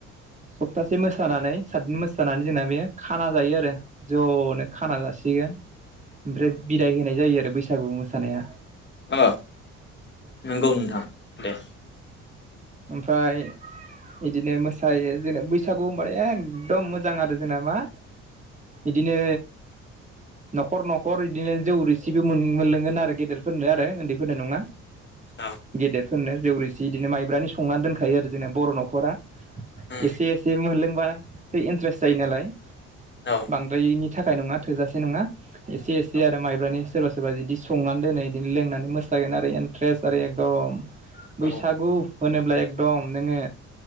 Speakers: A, on the right; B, on the left.
A: सप्तासे मोसानानै सातदिन मोसानानै जोंना बे खाना जायो आरो। ज'नो खाना जासिगोन। ओमफ्राय बिदाय होनाय जायो आरो बैसागु मोसानाया।
B: अ नंगौ नोंथां दे।
A: ओमफ्राय इदिनो मोसायो जों बैसागु होनबाथाय एखदम मोजां आरो जोंना मा इदिनो न'खर न'खर इदिनो जौ रोसिबो मोनलोंगोन आरो गेदेरफोरनो आरो उन्दैफोरनो नङा।
B: औ
A: गेदेरफोरनो जौ रोसि इदिनो माइब्रानि संनानै दोनखायो आरो जोंना बर' न'खरा।
B: उम
A: एसे एसे मोनलोंबा सो इन्ट्रेस्ट जायो नालाय।
B: औ
A: बांद्रायनि थाखाय नङा थोजासे नङा एसे एसे
B: औ
A: आरो माइब्रानि सोरबा सोरबा बिदि संनानै दोनो बिदिनो लोंनानै मोसागोन आरो इन्ट्रेस्ट आरो एकदम
B: औ
A: बैसागु होनोब्ला एकदम नोङो